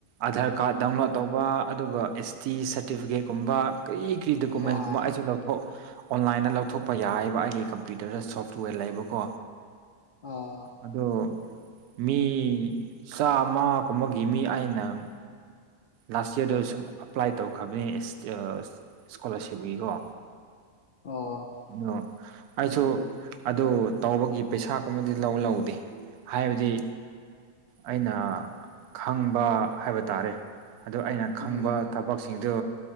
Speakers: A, on the right (about 80°); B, on the left (about 80°).
A: ꯑꯙꯥꯔ ꯀꯥꯔꯗ ꯗꯥꯎꯟꯂꯣꯗ ꯇꯧꯕ ꯑꯗꯨꯒ ꯑꯦꯁ ꯇꯤ ꯁꯥꯔꯇꯤꯐꯤꯀꯦꯠ ꯀꯨꯝꯕ ꯀꯔꯤ ꯀꯔꯤ ꯗꯣꯀꯨꯃꯦꯟꯁ
B: ꯑꯣ
A: ꯀꯨꯝꯕ ꯑꯩꯁꯨ ꯂꯧꯊꯣꯛ ꯑꯣꯟꯂꯥꯏꯟꯗ ꯂꯧꯊꯣꯛꯄ ꯌꯥꯏꯑꯕ ꯑꯩꯒꯤ ꯀꯝꯄ꯭ꯌꯨꯇꯔꯗ ꯁꯣꯞ ꯋꯦꯔ ꯂꯩꯕꯀꯣ
B: ꯑꯣ
A: ꯑꯗꯣ ꯃꯤ ꯆꯥꯃꯒꯨꯝꯕꯒꯤ ꯃꯤ ꯑꯩꯅꯪ ꯂꯥꯁ ꯌꯔꯗ ꯁꯨꯝ ꯑꯦꯄ꯭ꯂꯥꯏ ꯇꯧꯛꯈ꯭ꯔꯕꯅꯤ ꯏꯁꯀꯣꯂꯥꯔꯁꯤꯞꯀꯤꯀꯣ
B: ꯑꯣ
A: ꯑꯩꯅ ꯑꯩꯁꯨ ꯑꯗꯨ ꯇꯧꯕꯒꯤ ꯄꯩꯁꯥꯒꯨꯝꯕꯗꯤ ꯂꯧ ꯂꯧꯗꯦ ꯍꯥꯏꯕꯗꯤ ꯑꯩꯅ ꯈꯪꯕ ꯍꯥꯏꯕ ꯇꯥꯔꯦ ꯑꯗꯨ ꯑꯩꯅ ꯈꯪꯕ
B: ꯎꯝ
A: ꯊꯕꯛꯁꯤꯡꯗꯨ